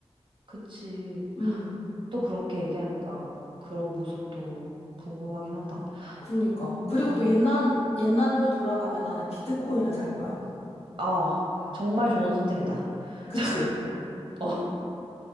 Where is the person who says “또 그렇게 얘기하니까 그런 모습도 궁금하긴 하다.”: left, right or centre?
Right